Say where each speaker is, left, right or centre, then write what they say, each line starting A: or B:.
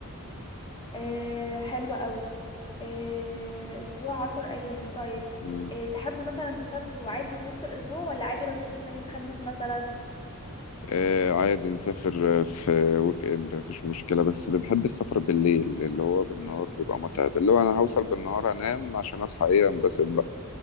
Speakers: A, on the left; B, on the left.
A: آه، حلوة قوي آه، اسبوع عشر ايام طيب
B: مم.
A: آه، تحبوا مثلا تسافروا عادي في نص الاسبوع ولا عادي لو سافرنا يوم خميس مثلا
B: آه عادي نسافر آه، في ويك اند مفيش مشكلة بس بنحب السفر بالليل اللي هو بالنهار بيبقى متعب اللي هو انا هوصل بالنهار انام عشان اصحى ايه انبسط